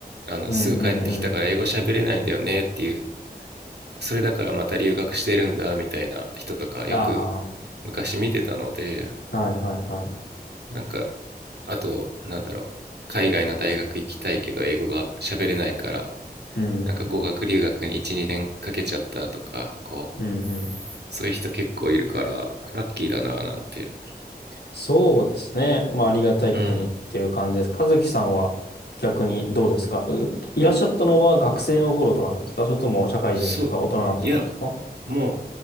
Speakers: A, on the right; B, on the left.
A: あの、
B: うんうんうん。
A: すぐ帰ってきたから英語喋れないんだよねっていう、それだからまた留学してるんだみたいな人とかよく
B: あ
A: 昔見てたので、
B: あ、はいはいはい。
A: なんか、あと、なんだろう、海外の大学行きたいけど英語が喋れないから、
B: うん、
A: なんか語学留学に1、2年かけちゃったとか、こう、
B: うんうん。
A: そういう人結構いるから、ラッキーだなぁなんて、
B: そうですね。まあ、ありがたいことにっていう感じです。
A: うん、
B: 和樹さんは逆にどうですかういらっしゃったのは学生の頃とかなんですかそれとも社会人とか大人になってからですか
A: そう、いや、もう